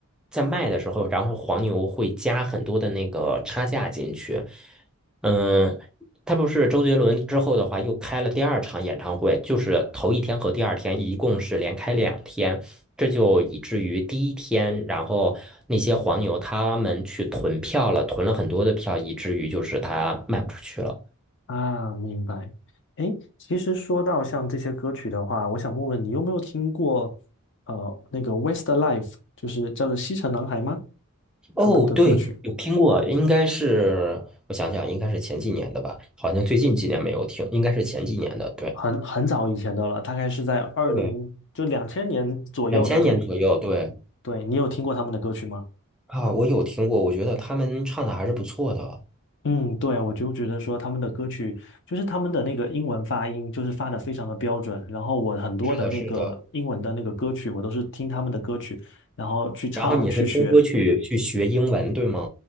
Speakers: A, in the centre; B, on the left (about 55°).
A: 在卖的时候，然后黄牛会加很多的那个差价进去。嗯，他不是周杰伦之后的话又开了第二场演唱会，就是头一天和第二天一共是连开两天，这就以至于第一天，然后那些黄牛他们去囤票了，囤了很多的票，以至于就是他卖不出去了。
B: 啊，明白。诶，其实说到像这些歌曲的话，我想问问你有没有听过呃那个 Westlife，就是叫做西城男孩吗？
A: 哦，
B: 他们的歌曲
A: 对，有听过，应该是我想想，应该是前几年的吧，好像最近几年没有听，应该是前几年的，对
B: 很很早以前的了，大概是在二零就两千年左右的那个。
A: 对，两千年左右，对
B: 对，你有听过他们的歌曲吗？
A: 啊，我有听过，我觉得他们唱的还是不错的。
B: 嗯，对，我就觉得说他们的歌曲，就是他们的那个英文发音，就是发的非常的标准。然后我很多的那个英文的那个歌曲，
A: 是的，是的。
B: 我都是听他们的歌曲，然后去唱去学。
A: 然后你是听歌去去学英文，对吗？